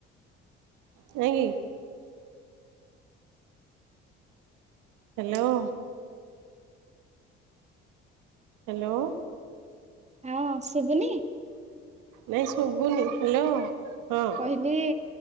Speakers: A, on the right; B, on the right.
A: ନାହିଁ କି। ହ୍ୟାଲୋ। ହ୍ୟାଲୋ।
B: ହଁ ଶୁବୁନି।
A: ନାଇଁ ଶୁଭୁନି ହ୍ୟାଲୋ ହଁ।
B: କହିଲି